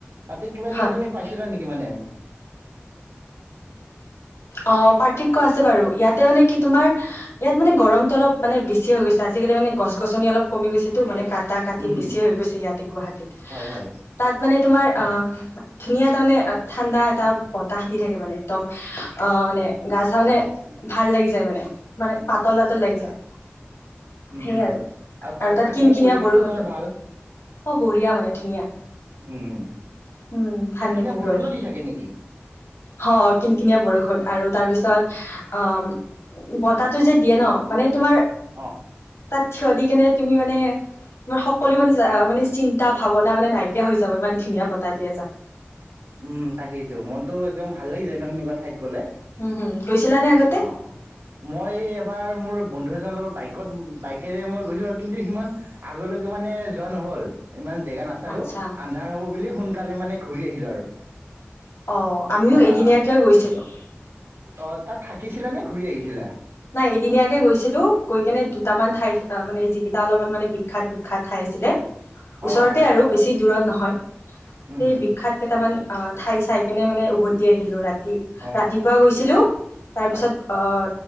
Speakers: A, on the right (about 75°); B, on the left (about 85°).
A: তাতে কিবা এনেকুৱা
B: হয়
A: তুমি পাইছিলা নি? কিমানেম
B: অ পাৰ্থক্য আছে বাৰু ইয়াত৷ তাতে মানে কি তোমাৰ, ইয়াত মানে গৰমটো অলপ মানে বেছি হৈ গৈছে৷ আজিকালি গছ-গছনি অলপ কমি গৈছেতো, মানে কাট কাটা-কাটি
A: উম,
B: বেছি হৈ গৈছে ইয়াতে গুৱাহাটীত৷
A: হয়, হয়,
B: তাত মানে, তোমাৰ অ ধুনীয়া তাৰমানে ঠাণ্ডা৷ এটা বতাহ দি থাকে মানে একদম অ মানে৷ গা-চা
A: অ',
B: মানে ভাল লাগি যায় মানে, মানে পাতল পাতল
A: আচ্ছা
B: লাগি যায়৷
A: উম,
B: সেই
A: উম,
B: আৰু, আৰু তাত
A: প্ৰাকৃতিক
B: কিন-কিনিয়া
A: পৰিৱেশটো
B: বৰষুণটো৷
A: তাৰ ভাল
B: অ বঢ়িয়া মানে ধুনীয়া,
A: উম,
B: উম ভাল
A: কিনকিনীয়া
B: লাগিল
A: বৰষুণো
B: গৈ৷
A: দি থাকে নেকি
B: হ কিন-কিনিয়া বৰষুণ আৰু- তাৰপিছত অ বতাহটো যে দিয়ে ন মানে- তোমাৰ
A: অ',
B: তাত থিয় দি কেনে তুমি মানে, তোমাৰ সকলো মানে যা মানে- চিন্তা-ভাৱনা মানে নাইকিয়া হৈ যাব ইমান ধুনীয়া বতাহ দিয়ে জাক৷
A: উম তাকেইতো মনতো একদম ভাল লাগি যায় ন সেনেকুৱা ঠাইত গ'লে!
B: উম হম গৈছিলানে আগতে
A: অ অ মই এবাৰ মোৰ- বন্ধু এজনৰ লগত বাইকত বাইকেৰে মই গৈছোঁ আৰু কিন্তু সিমান আগলৈকে মানে যোৱা নহ'ল৷ ইমান জেগা নাচালো,
B: আচ্ছা
A: আন্ধাৰ হ'ব বুলি সোন কালে মানে ঘুৰি আহিলো আৰু৷
B: অহ
A: আহ
B: আমিও এদিনীয়াকে গৈছিলো৷
A: অ তাত থাকিছিলা নে ঘুৰি আহিছিলা?
B: নাই এদিনীয়াকে গৈছিলো, গৈ কেনে দুটামান ঠাই থ মানে যিকেইটা অলপমান মানে বিখ্যাত বিখ্যাত ঠাই আছিলে ওচৰতে
A: অ হয়
B: আৰু বেছি দূৰত নহয়৷
A: উম
B: সেই
A: উম
B: বিখ্যাত কেইটামান আ ঠাই চাই কেনে মানে উভতি আহিলো ৰাতি৷ ৰাতি
A: অ
B: ৰাতিপুৱা গৈছিলো, তাৰপিছত
A: হয়
B: অহ